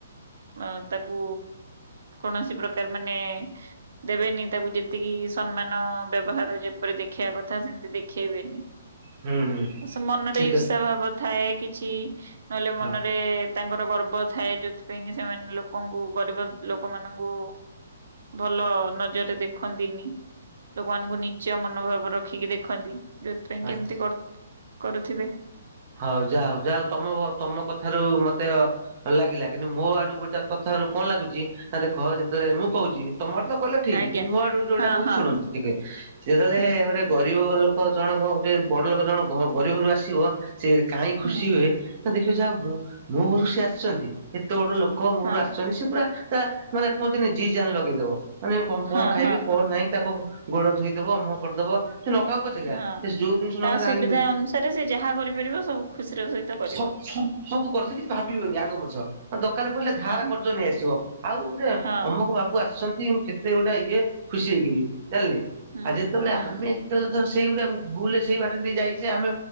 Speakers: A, on the right; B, on the right.
A: ଅଁ ତାକୁ କୌଣସି ପ୍ରକାର ମାନେ ଦେବେନି ତାକୁ ଯେତିକି ସନ୍ମାନ, ବ୍ୟବହାର ଯେପରି ଦେଖେଇବା କଥା ସେମତି ଦେଖେଇବେନି।
B: ହୁଁ ହୁଁ
A: ଅସ୍ ମନରେ
B: ଠିକ
A: ଈର୍ଷା
B: ଅଛି
A: ଭାବ ଥାଏ କିଛି ନହେଲେ
B: ହଁ
A: ମନରେ ତାଙ୍କର ଗର୍ବ ଥାଏ ଯୋଉଥିପାଇଁ କି ସେମାନେ ଲୋକଙ୍କୁ ଗରିବ ଲୋକମାନଙ୍କୁ ଭଲ ନଜରରେ ଦେଖନ୍ତିନି। ଲୋକମାନଙ୍କୁ ନୀଚ ମନୋଭାବ ରଖିକି ଦେଖନ୍ତି। ଯୋଉଥିପାଇଁ କି
B: ଆଚ୍ଛା
A: କେମିତି କର କରୁଥିବେ।
B: ହଉ ଯାହା ହଉ ଯାହା ହଉ ତମ ତମ କଥାରୁ ମତେ ଅ ଲାଗିଲା, କିନ୍ତୁ ମୋ ଆଡ଼ୁ ଗୋଟେ କଥା ହାରୁ କଁ ଲାଗୁଚି ନାଁ ଦେଖ ଯେତଳେ ମୁଁ କହୁଚି ତମର ତ କହିଲ ଠିକ
A: ଆଜ୍ଞା
B: କିନ୍ତୁ ମୋ ଆଡ଼ୁ ଯୋଉଟା
A: ହଁ
B: କହୁଚି
A: ହଁ
B: ଶୁଣନ୍ତୁ ଟିକେ ସିଏ ଏତୋଳେ
A: ହୁଁ
B: ଗୋଟେ ଗରିବ ଲୋ କ ଜଣକ ଗୋଟେ ବଡ଼ ଲୋକ ଜଣ ଘ ଗରିବ ଘରୁ ଆସିବ ସେ କାଇଁ ଖୁସି
A: ହୁଁ
B: ହୁଏ ତ ଦେଖିଅ ଯାଅ ମୁଁ ମୋ ଘରୁ ସିଏ ଆସିଚନ୍ତି ଏତେ ବଡ଼ ଲୋକ ମୋ
A: ହଁ
B: ଘରୁ ଆସିଚନ୍ତି ସିଏ ପୁରା ତା ମାନେ କୁହନ୍ତିନି ଜି ଜାନ୍ ଲଗେଇଦବ ମାନେ କଁ କଁ
A: ହଁ
B: ଖାଇବେ
A: ହଁ
B: କଁ ନାଇଁ ତାଙ୍କ ଗୋଡ଼ ଧୋଇଦବ ମୁହଁ କରିଦବ। ସେ ନଖାଉ ପଛେକା
A: ହଁ।
B: ଏସ୍ ଯୋଉ ଜିନିଷ
A: ତା
B: ନଖା ଜାଣି
A: ସୁବିଧା ଅନୁସାରେ ସେ ଯାହା କରିପାରିବ ସବୁ ଖୁସିର ସହିତ କରିବ
B: ସ ସ ସବୁ କର ସେ କିଛି ଭାବିବନି ଯେ ଆଗ ପଛ। ଅ ଦକାର ପଇଲେ ଧାର
A: ହଁ।
B: କର୍ଜ ନେଇ ଆସିବ ଆଉ ଗୋଟେ
A: ହଁ
B: ଅମକ ବାବୁ ଆସିଚନ୍ତ ଇଉ କେତେ ଗୁଟା ଇଏ ଖୁସି ହେଇକିରି ଜାଣିଲେ
A: ହୁଁ
B: ଆ ଯେତୋଳେ
A: ହୁଁ
B: ଆମେ ଯେତୋଳେ ଥାଉ ସେଇ ଗୁଟେ ଆମୁ ଭୁଲରେ ସେଇ ବାଟ ଦେଇ ଯାଇଚେ ଆମେ